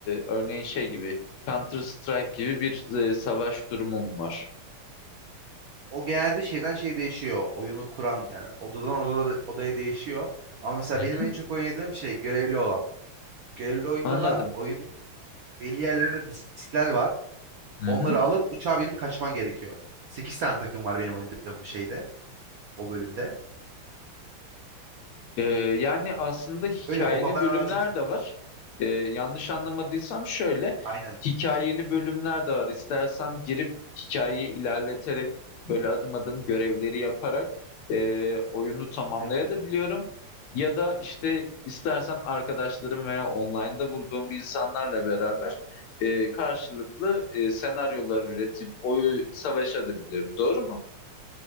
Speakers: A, on the left; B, on the right.
A: örneğin şey gibi Counter Strike gibi bir e, savaş durumu mu var?
B: O genelde şeyden şey değişiyor. Oyunu kuran yani odadan odada, odaya değişiyor. Ama mesela
A: Hı
B: benim
A: hı.
B: en çok oynadığım şey görevli olan. Görevli oyunda
A: Anladım.
B: da oyun belli yerlerinde diskler var.
A: Hı
B: Onları
A: hı.
B: alıp uçağa binip kaçman gerekiyor. sekiz tane takım var benim oynadığım bu şeyde. O bölümde.
A: Ee, yani aslında hikayeli
B: Öyle o bana
A: bölümler
B: daha çok... zevk-
A: de var. Ee, yanlış anlamadıysam şöyle,
B: Aynen.
A: hikayeli bölümler de var. İstersem girip hikayeyi ilerleterek böyle adım adım görevleri yaparak e, oyunu tamamlayabiliyorum.
B: Aynen.
A: Ya da işte istersem arkadaşlarım veya online'da bulduğum insanlarla beraber e, karşılıklı e, senaryolar üretip oyu savaşabilirim. Doğru mu?